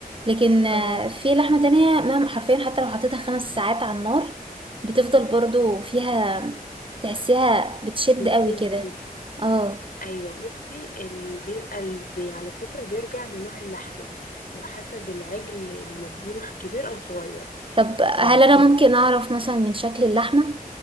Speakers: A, on the right; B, on the left.
A: لكن آه،
B: اه
A: في لحمة تانية مهما حرفيا حتى لو حطيتها خمس ساعات على النار بتفضل برضو فيها تحسيها بتشد
B: بتشد
A: قوي كده
B: كده
A: اه
B: أيوة بصي اللي بيبقى ال- بي- على فكرة بيرجع لنوع اللحمة وحسب العجل المذبوح كبير أو صغير
A: طب
B: لو
A: هل انا
B: كبير
A: ممكن اعرف مثلا من شكل اللحمة